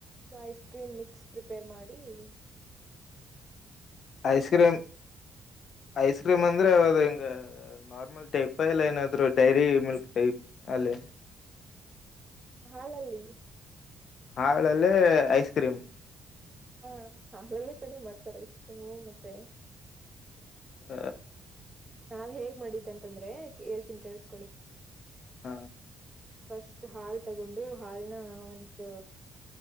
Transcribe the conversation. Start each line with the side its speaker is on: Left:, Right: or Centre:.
Right: ಐಸ್ ಕ್ರೀಮ್ ಮಿಕ್ಸ್ ಪ್ರಿಪೇರ್ ಮಾಡಿ ಅಡಿ
Left: ಐಸ್ ಕ್ರೀಮ್ ಐಸ್ ಕ್ರೀಮ್ ಅಂದ್ರೆ ಅದು ಹಿಂಗ ನಾರ್ಮಲ್ ಟೈಪ್ ಎಲ್ಲ ಏನಾದ್ರು ಡೈರಿ ಮಿಲ್ಕ್ ಟೈಪ್ ಅಲ್ಲಿ
Right: ಹಾಲಲ್ಲಿ
Left: ಹಳಲ್ಲಿ ಐಸ್ ಕ್ರೀಮ್
Right: ಹಾ ಹಾಲಲ್ಲಿ ತಾನೇ ಮಾಡ್ತಾರೆ ಐಸ್ ಕ್ರೀಮು ಮತ್ತೆ
Left: ಹ
Right: ನಾವ್ ಹೇಗ್ ಮಾಡಿದ್ದ ಅಂತಂದ್ರೆ ಹೇಳ್ತನ್ ಕೇಸ್ಕೊಳಿ
Left: ಹಾ
Right: ಫಸ್ಟ್ ಹಾಲ್ ತಗೊಂಡು ಹಾಲ್ನ ಒಂದು